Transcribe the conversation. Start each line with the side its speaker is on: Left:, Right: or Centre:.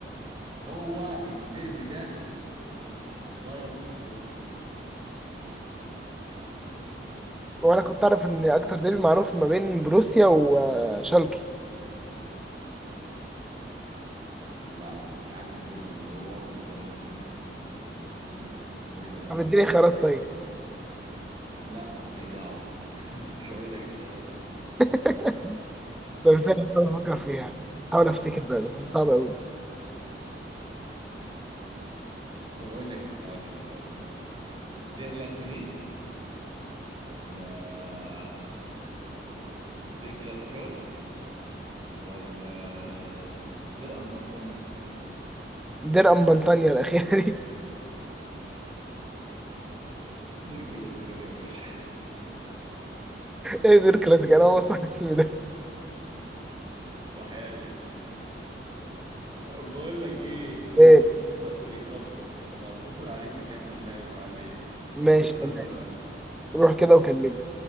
Right: هو الديربي ده اسمه إيه؟ بتاع البايرن وبروسيا
Centre: وانا كنت اعرف ان اكتر ديربي معروف ما بين بروسيا وشالكي
Right: لا لا أنا عايز الديربي اللي هو بين بايرن ميونخ وبروسيا اسمه إيه بقى؟
Centre: طب اديني خيارات طيب
Right: لا ماليش دعوة <laughs> مش هقول لك اختيارات دي
Centre: <laughs> طب ازاي بفكر فيها حاول افتكر بقى بس دي صعبه قوي دي
Right: طب أقول لك أقول لك اختيارات دير لاتوني ولا دير كلاسيكار ولا دير ام بطانية
Centre: دير ام بنطانيا الاخيره دي <laughs>
Right: دير كلاسيكار يا باشا
Centre: ايه دير كلاسيك انا اول ما اسمع الاسم ده
Right: <laughs> وحياتك بقول لك ايه يخرب بيتك
Centre: ايه
Right: في حد بيخبط هبقى اتصل عليك نكمل لعب بعدين
Centre: ماشي
Right: سلام
Centre: تمام
Right: دلوقتي
Centre: روح كده وكلمني